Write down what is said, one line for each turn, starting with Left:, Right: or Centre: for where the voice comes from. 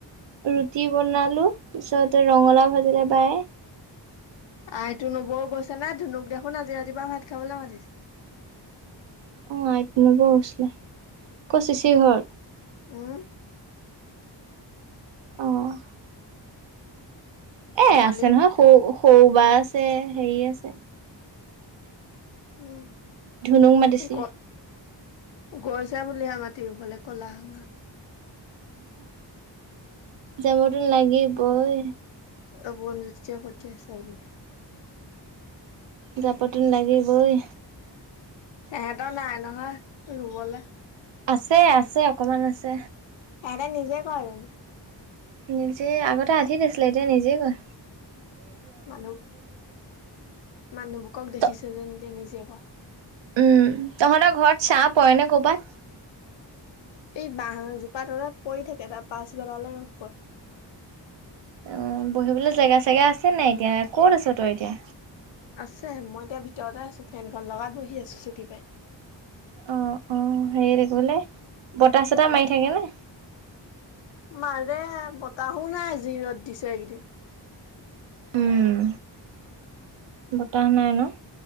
Right: ৰুটি বনালো পিছত ৰঙালাও ভাজিলে বাই
Left: আইতু নবৌও গৈছে নে? ধুনুক দেখোন আজি ৰাতিপুৱা ভাত খাবলৈ মাতিছে।
Right: অ' আইতু ন'বৌ গৈছিলে। ক'ত চিচি ঘৰত?
Left: উম
Right: অঁ' এ
Left: কালি
Right: আছে নহয় সৰু সৰু বা আছে হেৰি আছে
Left: উম'
Right: ধুনুক মাতিছিলে
Left: গ গৈছে বুলিহে মাটি ৰুবলে, ক'লা হয়
Right: যাবতো লাগিবৈ।
Left: অবন জ্যোতিয়ে পঠিয়াইছে বুলি
Right: যাবটো লাগিবই।
Left: এহেঁতৰ নাই নহয় ৰুবলৈ
Right: আছে আছে অকমান আছে।
Left: ইহঁতে নিজে কৰে নেকি?
Right: নিজে আগতে আধি দিছিলে এতিয়া নিজেই কৰে।
Left: মানুহ, মানুহবকক দেখিছে
Right: ত
Left: যেন যে নিজে কৰা।
Right: উম তহঁতৰ ঘৰত চাহ পৰে নে কৰ'বাত?
Left: এই বাঁহ জোপা তলত পৰি থাকে, ত পাঁছ বেলালে ৰ'দ পৰে।
Right: উম, বহিবলৈ জেগা চেগা আছে নাই এতিয়া? ক'ত আছ তই এতিয়া?
Left: আছে মই এতিয়া ভিতৰতে আছো ফেনখন লগাই বহি আছো চকী পাৰি।
Right: অ', অ', সেই তাকে বোলে বতাহ চতাহ মাৰি থাকেনে?
Left: মাৰে বতাহো নাই আজি ৰ'দ দিছে এইকেইদিন।
Right: উম, বতাহ নাই ন?